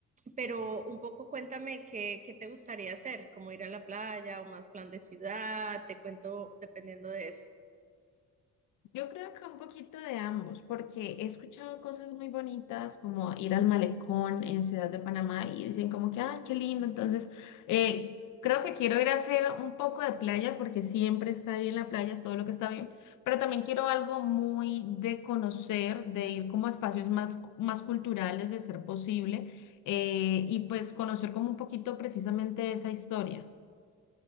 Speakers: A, on the right (about 25°); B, on the left (about 80°).
A: pero un poco cuéntame qué, qué te gustaría hacer, como ir a la playa o más plan de ciudad, te cuento dependiendo de eso.
B: Yo creo que un poquito de ambos, porque he escuchado cosas muy bonitas como ir al malecón en Ciudad de Panamá y dicen como que, ay, qué lindo. Entonces, eh, creo que quiero ir a hacer un poco de playa porque siempre está ahí en la playa, es todo lo que está bien, pero también quiero algo muy de conocer, de ir como a espacios más, más culturales de ser posible eh, y pues conocer como un poquito precisamente esa historia.